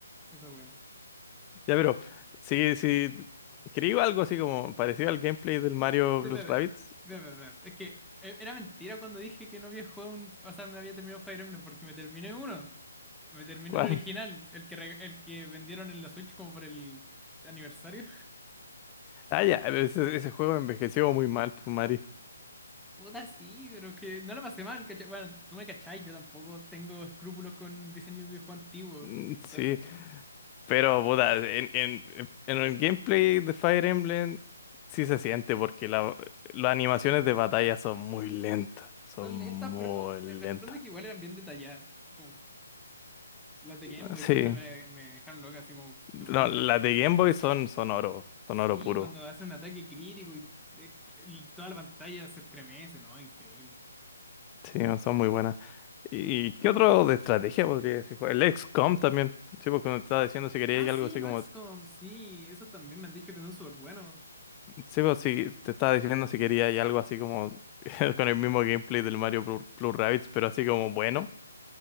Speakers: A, in the centre; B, on the left.
A: esa wea.
B: <laughs> Ya, pero, sí, sí. Quería algo así como parecido al gameplay del Mario
A: De
B: Blues
A: bebé,
B: Rabbids.
A: bebé, bebé. Es que eh, era mentira cuando dije que no había jugado un. O sea, me había terminado Fire Emblem porque me terminé uno. Me terminé
B: ¿Cuál?
A: el original, el que, re- el que vendieron en la Switch como por el aniversario.
B: Ah, ya, ese, ese juego envejeció muy mal, pues, Mario.
A: Puta, sí, pero que no la pasé mal, ¿cachai? Bueno, tú me cachai, yo tampoco tengo escrúpulos con diseño de videojuego antiguo.
B: Mm,
A: Sí, total.
B: Sí, pero puta, en, en, en el gameplay de Fire Emblem sí se siente porque la- las animaciones de batalla son muy lentas, son
A: Son
B: muy
A: lentas, pero
B: lentas.
A: me, me sorprende que igual eran bien detalladas. Como las de Game
B: Ah,
A: Boy
B: Sí,
A: siempre me, me dejaron loca, así como los
B: no,
A: brígidos.
B: las de Game Boy son, son oro, son
A: Sí,
B: oro puro.
A: cuando hace un ataque crítico y eh, el- toda la pantalla se estremece, ¿no? Increíble.
B: Sí, son muy buenas. ¿Y qué otro de estrategia podría decir? El XCOM también, sí, porque me estaba diciendo si quería
A: Ah, sí,
B: algo así
A: los
B: como...
A: XCOM, sí, eso también me han dicho que son súper buenos.
B: Sí, pues sí, te estaba diciendo si quería y algo así como <laughs> con el mismo gameplay del Mario Plus, Plus Rabbids, pero así como bueno,
A: Eh,